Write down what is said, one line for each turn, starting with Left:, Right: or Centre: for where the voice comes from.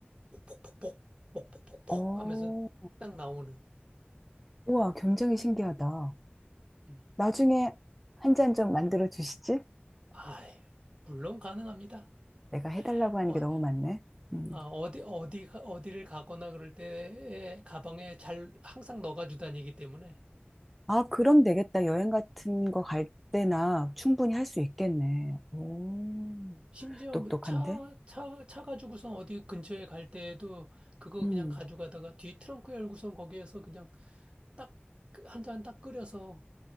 Right: 폭폭폭폭 폭폭폭폭
Centre: 어,
Right: 하면서 딱 나오는.
Centre: 우와, 굉장히 신기하다.
Right: 음.
Centre: 나중에 한 잔 좀 만들어 주시지?
Right: 아, 예. 물론 가능합니다.
Centre: 내가 해달라고 하는
Right: 어,
Centre: 게 너무 많네. 음,
Right: 아, 어디, 어디, 가- 어디를 가거나 그럴 때 가방에 잘 항상 넣어가지고 다니기 때문에.
Centre: 아, 그럼 되겠다. 여행 같은 거 갈 때나 충분히 할 수 있겠네. 오,
Right: 심지어
Centre: 똑똑한데?
Right: 뭐 차, 차, 차 가지고선 어디 근처에 갈 때에도 그거
Centre: 음,
Right: 그냥 가져가다가 뒤 트렁크 열고선 거기에서 그냥 딱 그, 한잔 딱 끓여서